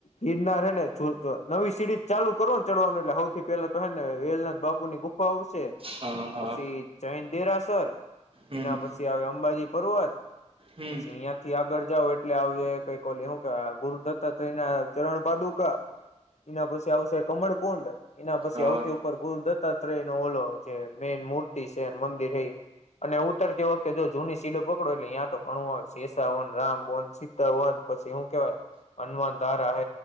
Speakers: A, on the left; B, on the right.
A: ગિરનાર હેને નવી સીડી ચાલુ કરો ને ચડવાનું એટલે સૌથી પેલા તો હે ને વેલનાથ બાપુ ની ગુપત આવશે
B: હા હા
A: પછી જૈન દેરાસર
B: હમ
A: એના પછી આવે અંબાજી પર્વત
B: હમ
A: પછી અહિયાં થી આગળ જાવ એટલે આવે કઈક શું કે ગુરુ દત્તાત્રેયના ચરણ પાદુકા એના પછી આવશે કમળકુંડ એના પછી
B: હા
A: આવતી ઉપર ગુરુદત્ત સત્ય ન ઓલો જે મેન મૂર્તિ છે મંદિર એ અને ઉતરતી વખતે જો જૂની સીડ ડ એટલે ્યાં તો ઘણું આવેય શશાન રામ વન સીતા વન પછી શું કવાય અનુમાનદાર હ